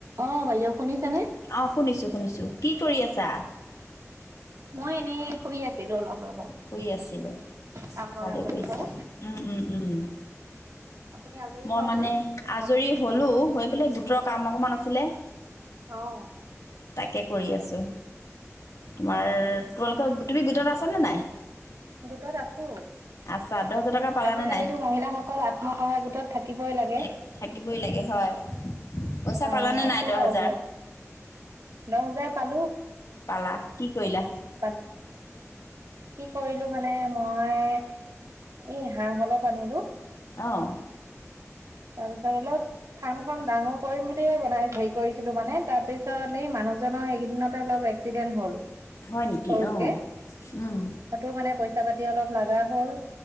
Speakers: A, on the right (about 80°); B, on the left (about 80°).
A: অঁ বাইদেউ। শুনিছেনে?
B: অহ শুনিছো শুনিছো কি কৰি আছা।
A: মই এনেই শুই আছিলো অলপ। ৰ'ব
B: শুই আছিলোঁ।
A: কাম বন
B: ভালে
A: আজৰি
B: কৰিছা,
A: হৈ।
B: উম উম উম।
A: আপুনি আজৰি
B: মই
A: হ'ল
B: মানে
A: নে?
B: আজৰি হলো। হৈ পেলাই গোটৰ কাম অকমান আছিলে।
A: অঁ।
B: তাকে কৰি আছো। তোমাৰ - তোমালোকৰ - তুমি গোটত আ আছানে নাই?
A: দুটত আছো।
B: আছা দহ হাজাৰ টকা পালানে
A: আজিকালিতো
B: নাই
A: মহিলাসকল আত্মসহায়ক গোটত থাকিবই লাগে।
B: এক থাকিবই লাগে হয়। পইচা
A: অ
B: পালানে
A: আছো
B: নাই দহ
A: আৰু
B: হেজাৰ?
A: দিয়ক। দহ হাজাৰ পালো
B: পালা? কি কৰিলা?
A: পালো কি কৰিলো মানে মই, এ হাঁহ অলপ আনিলোঁ।
B: অহ।
A: তাৰ পিছত, অলপ ফাৰ্ম খন ডাঙৰ কৰিম বুলিয়ে বনাই হেৰি কৰিছিলো মানে। তাৰ পিছত এই মানুহজনৰ এইকেইদিনতে অলপ এক্সিডেন্ট হল।
B: হয় নেকি
A: সৰুকে।
B: অ উম
A: তাতো মানে পইচা পাতি অলপ লাগা হ'ল।